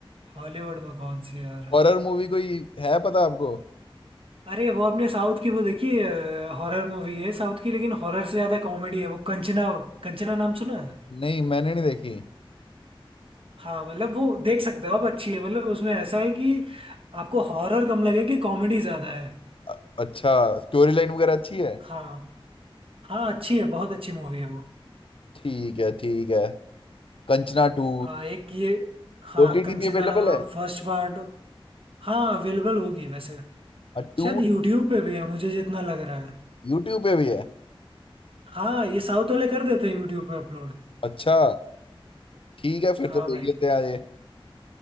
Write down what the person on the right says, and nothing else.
हॉलीवुड में कौन सी है यार
अरे वो आपने साउथ की वो देखी हॉरर मूवी है साउथ की लेकिन हॉरर से ज्यादा कॉमेडी है वो कंचना कंचना नाम सुना है
हाँ मतलब वो देख सकते हो आप अच्छी है मतलब उसमें ऐसा है कि आपको हॉरर कम लगे कि कॉमेडी ज्यादा है
हाँ हाँ अच्छी है बहुत अच्छी मूवी है वो
हाँ एक ये हाँ
कंचना
फर्स्ट पार्ट हाँ अवेलेबल होगी वैसे
शायद यूट्यूब पे भी है मुझे जितना लग रहा है
हाँ ये साउथ वाले कर देते हैं यूट्यूब पे अपलोड
हाँ
भाई